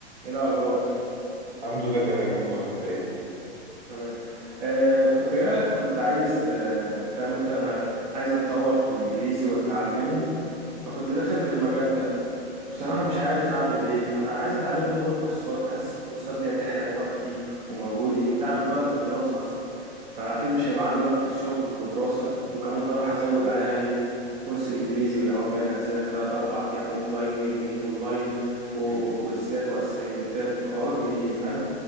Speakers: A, on the right; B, on the right.
A: ايه الاخبار
B: الحمد لله تمام اخبارك انت ايه
A: تمام آه كنت جايلك كنت عايز آه فاهم انت انا عايز اتطور في الانجليزي واتعلمه فكنت داخل في المجال ده وبصراحة
B: امم
A: مش عارف اعمل ايه فانا عايز اتعلمه غير كورسات حاسس الكورسات دي هتحرق وقتي ومجهودي وانت عارف بقى انا في الدراسة اصلا فاكيد مش هيبقى عندي وقت الشغل ودراسة وكمان اروح ازود عليها ايه كورس الانجليزي ويقعد بقى ينزلك 3 4 ايام اوفلاين ويومين اونلاين وكويزات
B: امم
A: واسايمنتات وحوارات من دي فاهم